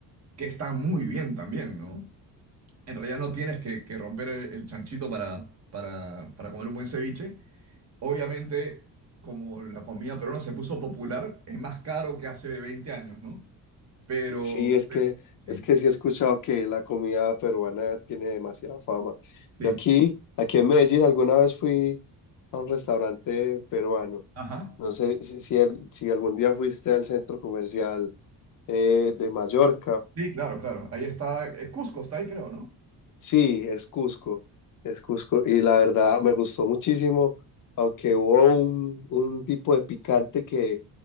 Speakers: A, on the right (about 40°); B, on the left (about 50°).
A: que están muy bien también, ¿no? En realidad no tienes que, que romper el, el chanchito para, para, para comer un buen ceviche. Obviamente, como la comida peruana se puso popular, es más caro que hace 20 años, ¿no? Pero,
B: Sí, es
A: pero-
B: que,
A: sí.
B: es que sí he escuchado que la comida peruana tiene demasiada fama.
A: Sí,
B: Yo aquí, aquí en Medellín, alguna vez fui a un restaurante peruano.
A: Ajá.
B: No sé si, si, el- si algún día fuiste al centro comercial eh, de Mallorca.
A: Sí, claro, claro. Ahí está. eh, Cusco está ahí, creo, ¿no?
B: Sí, es Cusco, es Cusco. Y la verdad me gustó muchísimo, aunque hubo un, un tipo de picante que,